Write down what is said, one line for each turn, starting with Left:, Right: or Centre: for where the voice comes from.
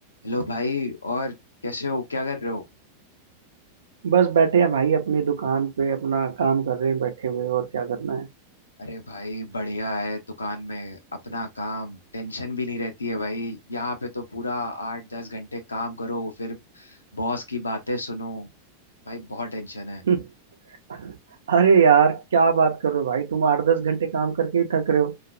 Left: Hello भाई और कैसे हो क्या कर रहे हो
Right: बस बैठे हैं भाई अपनी दुकान पे अपना काम कर रहे हैं बैठे हुए और क्या करना
Left: अरे भाई बढ़िया है दुकान में अपना काम टेंशन भी नहीं रहती है भाई यहाँ पे तो पूरा आठ दस घंटे काम करो फिर बॉस की बातें सुनो भाई बहुत टेंशन है
Right: है <laughs> अरे यार क्या बात कर रहे हो भाई तुम आठ दस घंटे काम करके ही थक रहे हो